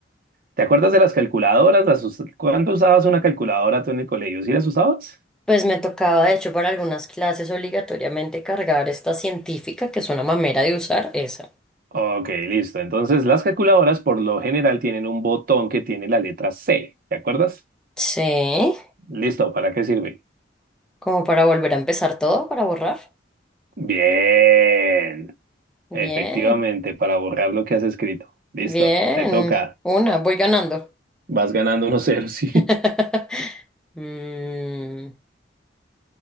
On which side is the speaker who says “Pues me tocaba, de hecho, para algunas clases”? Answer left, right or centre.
Centre